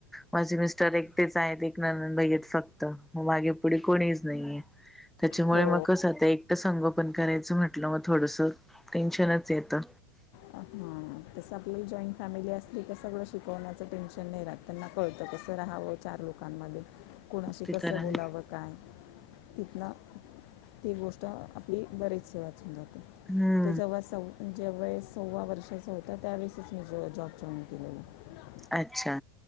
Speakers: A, in the centre; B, on the left.
A: माझे मिस्टर एकटेच आहेत एक नंदंद भाई आहेत फक्त मागे पुढे कोणीच नाहीये. त्याच्यामुळे
B: हो
A: मग कस एकट संगो पण करायचं म्हटलं मग थोडस टेन्शनच येतं.
B: हा. त स आपली जॉईंट फॅमिली असली तर सगळं शिकवण्याचं टेन्शन नाही राहत त्यांना कळतं कसं राहावं. चार लोकांमध्ये कोणाशी
A: ते
B: कसं
A: तर आहे
B: बोलावं काय. तिथना ती गोष्ट आपली बरीेचसे वाचून जातो.
A: हम.
B: तो जव्हा सव्वा जेव सव्वा वर्षाचा होत. आता त्यावेळेसच मी जॉब जॉईन केलेला आहे.
A: अच्छा.